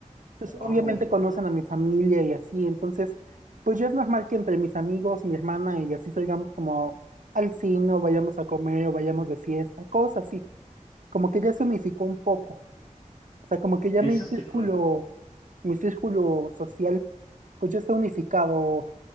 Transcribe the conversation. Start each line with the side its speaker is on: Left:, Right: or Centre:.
Right: Entonces,
Left: Wow,
Right: obviamente conocen a mi familia y así. Entonces, pues ya es normal que entre mis amigos, mi hermana y así salgamos como al cine o vayamos a comer o vayamos de fiesta, cosas así. Como que ya se unificó un poco. O sea, como que ya
Left: eso
Right: mi círculo,
Left: está cool.
Right: mi círculo social, pues ya está unificado